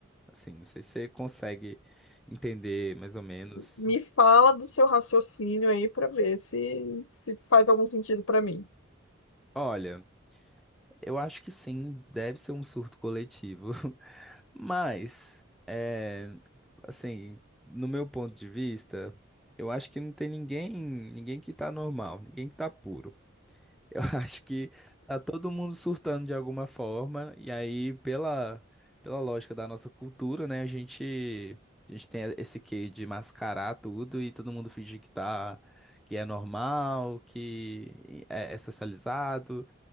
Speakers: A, in the centre; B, on the left (about 85°).
A: Assim, não sei se você consegue entender mais ou menos.
B: Me fala do seu raciocínio aí para ver se se faz algum sentido para mim.
A: Olha, eu acho que sim, deve ser um surto coletivo, <laughs> mas, é, assim, no meu ponto de vista, eu acho que não tem ninguém, ninguém que tá normal, ninguém que tá puro. Eu <laughs> acho que tá todo mundo surtando de alguma forma, e aí, pela, pela lógica da nossa cultura, né, a gente, a gente tem esse quê de mascarar tudo e todo mundo fingir que tá, que é normal, que é, é socializado,